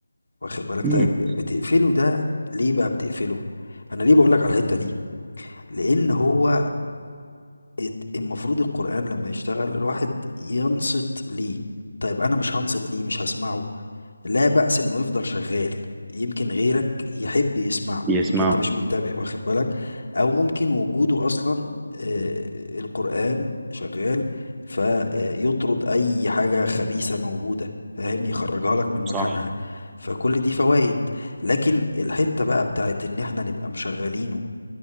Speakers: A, on the left; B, in the centre.
A: واخد بالك
B: امم
A: طيب بتقفله ده ليه بقى بتقفله انا ليه بقولك على الحتة دي لان هو ات- المفروض القرآن لما يشتغل الواحد ينصت ليه طيب أنا مش هنصت ليه مش هسمعه لا بأس إنه يفضل شغال يمكن غيرك يحب يسمعه
B: يسمعوا
A: يمكن أنت مش منتبه واخد بالك أو ممكن وجوده أصلا آه، القرآن شغال فيطرد أي حاجة خبيثة موجودة فاهم يخرجها لك من مكانها
B: صح
A: فكل دي فوائد لكن الحتة بقى بتاعت إن إحنا نبقى مشغلينه